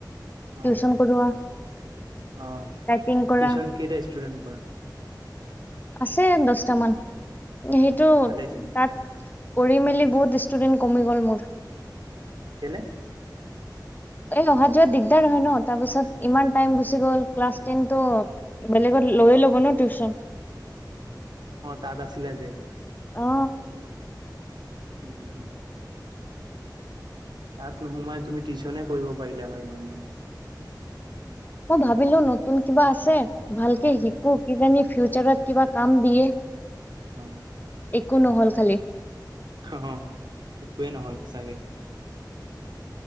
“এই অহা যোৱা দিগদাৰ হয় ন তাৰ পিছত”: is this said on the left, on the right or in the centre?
Left